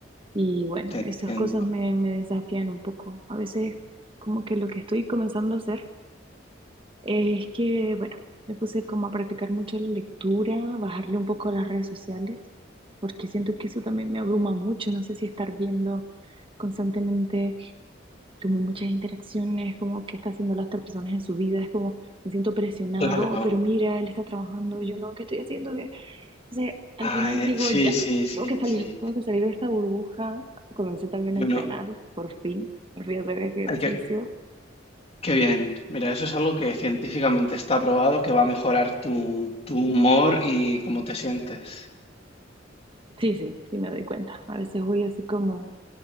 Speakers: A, on the right; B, on the left.
A: Y bueno,
B: te entiendo.
A: esas cosas me, me desafían un poco. A veces como que lo que estoy comenzando a hacer es que, bueno, me puse como a practicar mucho la lectura, bajarle un poco las redes sociales, porque siento que eso también me abruma mucho. No sé si estar viendo constantemente como muchas interacciones, como qué está haciendo las otras personas en su vida, es como me siento presionada,
B: Claro.
A: "Oh, pero mira, él está trabajando, yo no, ¿qué estoy haciendo? que O sea, al
B: Ay,
A: final digo,
B: sí,
A: ya,
B: sí, sí,
A: tengo que salir,
B: sí.
A: tengo que salir de esta burbuja. Comencé también
B: Bueno,
A: a entrenar, por fin, me fui a hacer ejercicio.
B: hay que, qué bien. Mira, eso es algo que científicamente está probado que va a mejorar tu, tu humor y cómo te sientes.
A: Sí, sí, sí me doy cuenta. A veces voy así como,